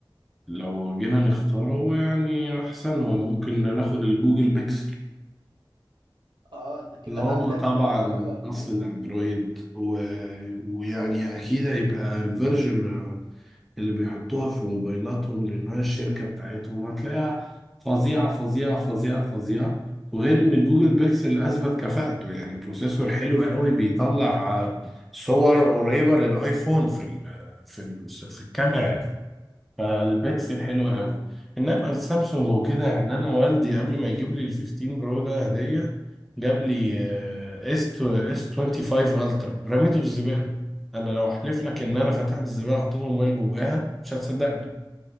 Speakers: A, in the centre; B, on the right.
A: لو جينا نختاره هو يعني أحسنهم ممكن ناخد الجوجل بيكسل
B: اه انت كده
A: اللي هو
B: بقى طلعت
A: طبعا
B: بتفهم بقى ولا
A: أصل
B: ايه
A: الأندرويد و... ويعني أكيد هيبقى الفيرجن اللي بيحطوها في موبايلاتهم لأنها الشركة بتاعتهم هتلاقيها فظيعة فظيعة فظيعة فظيعة وغير إن جوجل بيكسل أثبت كفاءته يعني بروسيسور حلو قوي بيطلع آه، صور قريبة للآيفون في ال في ال في الكاميرا فالبيكسل حلو قوي انما السامسونج وكده يعني انا والدي قبل ما يجيب لي ال 15 برو ده هديه جاب لي اس اس 25 الترا رميته في الزباله انا لو احلف لك ان انا فتحت الزباله حطيت الموبايل جواها مش هتصدقني